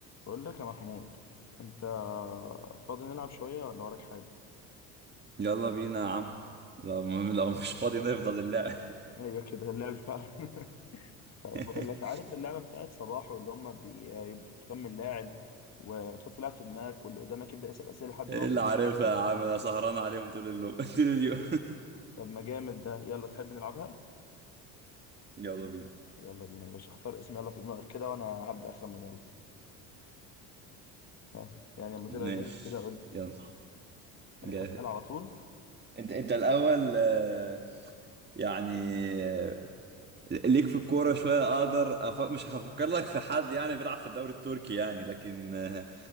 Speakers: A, on the left; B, on the right.
A: بقول لك يا محمود انت فاضي نلعب شويه ولا وراك حاجه
B: يلا بينا يا عم لو لو مش فاضي نفضل اللعب
A: ايوه كده اللعب فعلا <laughs> طب
B: <laughs>
A: بقول لك عارف اللعبه بتاعت صباحو اللي هم بيبدا تخمن لاعب وتحط لاعب في دماغك واللي قدامك يبدا يسال اسئله لحد
B: ايه
A: ما يوصل
B: اللي عارفها
A: اللاعب ده
B: يا عم انا سهران عليهم طول اللو... <laughs> طول اليوم
A: طب ما جامد ده يلا تحب نلعبها
B: <laughs> يلا بينا
A: يلا بينا يا باشا اختار اسم يلا في دماغك كده وانا هبدا اخمن يلا ها يعني لما
B: ماشي
A: تبقى جاهز كده قول لي
B: يلا
A: آه،
B: جاهز
A: اسال على طول
B: انت انت الاول آه، يعني آه، ليك في الكوره شويه اقدر أف... مش هفكر لك في حد يعني بيلعب في الدوري التركي يعني لكن آه،